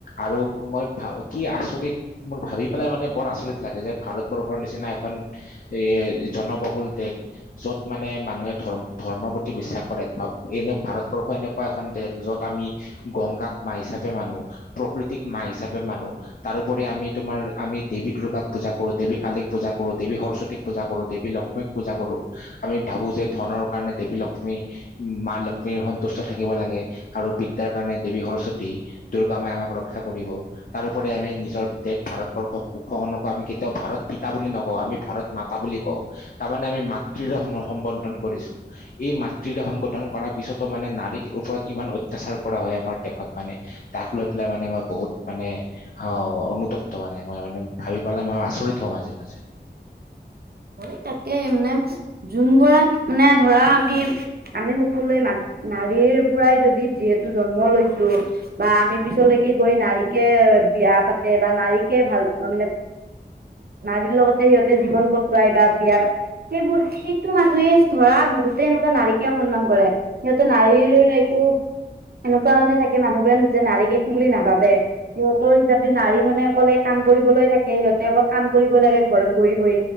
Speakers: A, on the left; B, on the right.
A: আৰু মই ভা কি আচৰিত মোৰ ভাবি পেলাই মানে বৰ আচৰিত লাগে যে ভাৰতবৰ্ষৰ নিচিনা এখন এ জনবহুল দেশ য'ত মানে মানুহে ধৰ্ম ধৰ্মৰ প্ৰতি বিশ্বাস কৰে বা এনে ভাৰতবৰ্ষ এনে এখন দেশ যত আমি গংগাক মা হিচাপে মানো প্ৰকৃতিক মা হিচাপে মানো। তাৰোপৰি আমি তোমাৰ আমি দেৱী দুৰ্গাক পূজা কৰো দেৱী কালীক পূজা কৰো দেৱী সৰস্বতীক পূজা কৰো দেৱী লক্ষ্মীক পূজা কৰো আমি ভাবো যে ধনৰ কাৰণে দেৱী লক্ষ্মী মা লক্ষ্মীৰ সন্তুষ্ট থাকিব লাগে আৰু বিদ্যাৰ কাৰণে দেৱী সৰস্বতী। দুৰ্গা মায়ে আমাক ৰক্ষা কৰিব। তাৰোপৰি আমি নিজৰ দেশ ভাৰতবৰ্ষক উষ নকওঁ আমি কেতিয়াও ভাৰত পিতা বুলি নকওঁ আমি ভাৰত মাতা বুলি কওঁ। তাৰমানে আমি মাতৃৰে সম সম্বৰ্ধন কৰিছো। এই মাতৃৰে সম্বোধন কৰাৰ পিছতো মানে নাৰীৰ ওপৰত ইমান অত্যাচাৰ কৰা হয় আমাৰ দেশত মানে। তাক লৈ পেলাই মানে মই বহুত মানে অ অনুতপ্ত মানে মই মানে ভাবি পালে মান আচৰিত হওঁ মাজে মাজে।
B: হয় তাকেই মানে যোন গৰাক মানে ধৰা আমি আমি সকলোৱে মা নাৰীৰ পৰাই যদি যিহেতু জন্ম লৈছো। বা আমি পিছলৈকে গৈ নাৰীকে বিয়া পাতে বা নাৰীকে ভাল মানে নাৰীৰ লগতে সিহঁতে জীৱন কটোৱাই বা বিয়াত সেইবোৰ সেইটো মানুহে ধৰা বহুতে এনেকুৱা নাৰিকে অসন্মান কৰে। সিহঁতে নাৰীৰ একো এনেকুৱা মানে থাকে মানুহবোৰে যে নাৰীক একো বুলি নাভাবে। সিহঁতৰ হিচাপ দি নাৰী মানে অকলে কাম কৰিবলৈ থাকে সিহঁতে অকল কাম কৰিব লাগে ঘৰত বহি বহি।